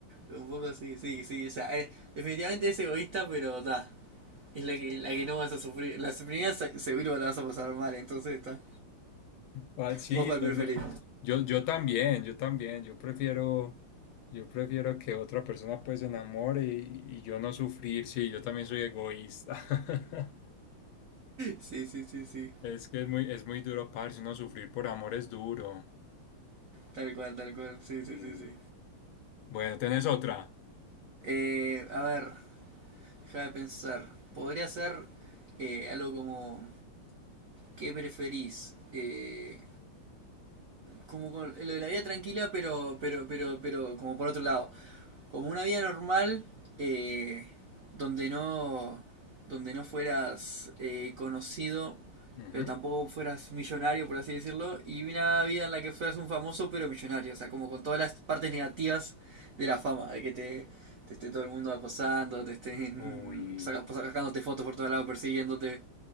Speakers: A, on the right; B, on the left.
A: Un poco así, sí, sí. O sea, eh, definitivamente es egoísta, pero está. Es la
B: Sí.
A: que, la que no vas a sufrir. La primera se- seguro la vas a pasar mal, entonces está.
B: Ah, sí,
A: ¿Vos cuál
B: no,
A: preferís?
B: no. Yo, yo también, yo también, yo prefiero, yo prefiero que otra persona pues se enamore y, y yo no sufrir, sí, yo también soy egoísta. <laughs>
A: Sí, sí, sí, sí.
B: Es que es muy, es muy duro, parce, uno sufrir por amor es duro.
A: Tal cual, tal cual. Sí,
B: Y,
A: sí, sí, sí.
B: Bueno, ¿tenés otra?
A: Eh, a ver, déjame pensar. Podría ser eh, algo como, ¿qué preferís? Eh, como con- lo de la vida tranquila, pero, pero, pero, pero, como por otro lado. como una vida normal eh, donde no donde no fueras eh, conocido
B: Ujú.
A: pero tampoco fueras millonario por así decirlo y una vida en la que fueras un famoso pero millonario o sea como con todas las partes negativas de la fama de que te, te esté todo el mundo acosando te estén
B: Uy,
A: <laughs> saca- pues, sacándote fotos por todos lados persiguiéndote